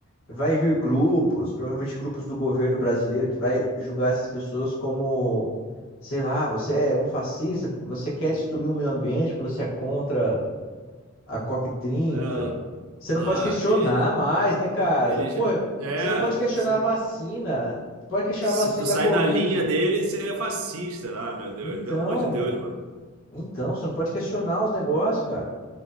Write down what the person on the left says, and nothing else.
Vai vir grupos, provavelmente grupos do governo brasileiro, que vai julgar essas pessoas como, sei lá, você é um fascista, porque você quer destruir o meio ambiente, porque você é contra a COP30.
Você
não pode questionar
mais, né, cara?
Pô,
você não pode
questionar a vacina, pode questionar
a vacina
da Covid.
Então,
então, você não pode questionar os negócios, cara.